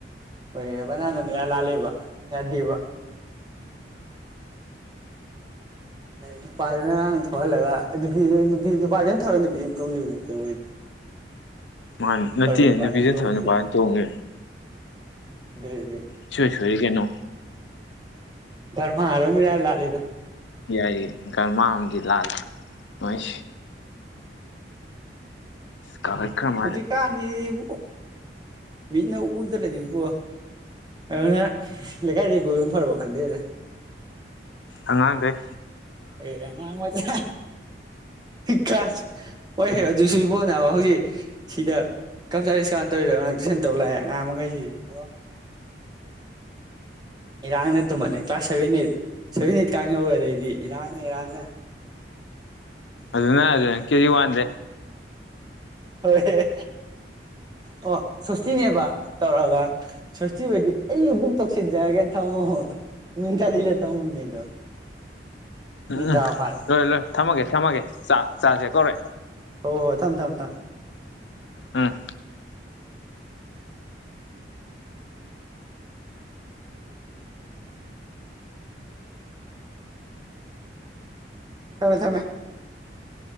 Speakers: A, on the right (about 25°); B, on the left (about 85°).
A: ꯍꯣꯏ ꯕꯅꯥꯞ ꯑꯃ ꯐꯂꯥꯜ ꯂꯥꯟꯂꯤꯕ ꯌꯥꯗꯦꯕ ꯅꯨꯄꯥꯗꯅ ꯉꯔꯥꯡ ꯊꯧꯍꯜꯂꯒ ꯅꯨꯄꯤ ꯅꯨꯄꯥꯗꯨꯅ ꯊꯧ ꯅꯨꯄꯤꯗꯨꯅ ꯇꯧꯖꯕ ꯅꯠꯇꯦ ꯃꯣꯏꯗ
B: ꯃꯥꯟꯅꯦ ꯅꯠꯇꯦ
A: ꯅꯨꯄꯥꯗꯨꯅ
B: ꯅꯨꯄꯤꯗꯨꯅ
A: ꯇꯣꯡꯈꯤꯕꯅꯤ
B: ꯊꯧꯔ ꯅꯨꯄꯥꯅ ꯇꯣꯡꯉꯦ
A: ꯑꯗꯨꯏꯗꯤ
B: ꯏꯁꯣꯏ ꯁꯣꯏ ꯀꯩꯅꯣ
A: ꯒꯔꯃꯥꯔ ꯃꯥ ꯏꯂꯥꯜ ꯂꯥꯜꯂꯤꯗ ꯌꯥ
B: ꯌꯥꯏꯌꯦ ꯒꯔꯃꯥ ꯑꯃꯗꯤ ꯂꯥꯜꯂꯦ ꯃꯣꯏꯁꯦ ꯀꯥꯈꯠꯈ꯭ꯔ ꯃꯥꯜꯂꯦ
A: ꯁꯨꯖꯤꯛꯀꯥꯟ ꯁꯤꯗꯤꯕꯣ ꯃꯤꯠꯅ ꯎꯗꯔꯗꯤꯀꯣ ꯑꯗꯨꯅ ꯂꯩꯀꯥꯏꯗꯒꯤ ꯀꯣꯏꯕ ꯐꯔꯕ ꯈꯟꯖꯤꯟꯂꯛꯑꯦ
B: ꯑꯉꯡꯗꯩ
A: ꯑꯩꯗꯤ ꯑꯉꯥꯡ ꯃꯆꯥ ꯀ꯭ꯂꯥꯁ ꯍꯣꯏꯍꯦ ꯑꯗꯨꯁꯨ ꯏꯕꯣꯅꯦꯕ ꯍꯧꯖꯤꯛ ꯁꯤꯗ ꯀꯝꯆ ꯏꯁꯀꯥꯟ ꯇꯧꯏꯗꯣ ꯑꯉꯥꯡ ꯇꯨꯏꯁꯟ ꯇꯧꯕ ꯂꯥꯛꯑꯦ ꯑꯉꯥꯡ ꯑꯃꯉꯩꯁꯤꯗ ꯌꯣ ꯏꯔꯥꯡꯅ ꯇꯨꯝꯍꯜꯂꯦ class seven eight seven eight ꯀꯥꯡ ꯌꯧꯒꯔꯗꯤꯗꯤ ꯏꯔꯥꯡꯅ ꯏꯔꯥꯡꯅ
B: ꯑꯗꯨꯅ ꯑꯗꯨ ꯀꯦꯖꯤ ꯋꯥꯟꯗꯦ
A: ꯍꯣꯏꯍ ꯑꯣ ꯁꯣꯁꯇꯤꯅꯦꯕ ꯇꯧꯔꯑꯒ ꯁꯥꯔꯁꯤ ꯑꯣꯏꯗꯤ ꯑꯩꯅ ꯑꯗꯨꯝ ꯇꯧꯁꯤꯟꯖꯔꯒꯦ ꯊꯝꯃꯣꯗꯣ <unintelligible>
B: ꯎꯝ
A: ꯃꯤ
B: ꯎꯝ
A: ꯇꯔꯥ ꯐꯥꯔꯦ
B: ꯂꯣꯏꯔꯦ ꯂꯣꯏꯔꯦ ꯊꯝꯃꯒꯦ ꯊꯝꯃꯒꯦ ꯆꯥꯛ ꯆꯥꯛꯁꯦ ꯀꯧꯔꯑꯦ꯫
A: ꯍꯣꯏ ꯍꯣꯏ ꯊꯝ ꯊꯝ ꯊꯝ
B: ꯎꯝ
A: ꯊꯝꯃꯦ ꯊꯝꯃꯦ꯫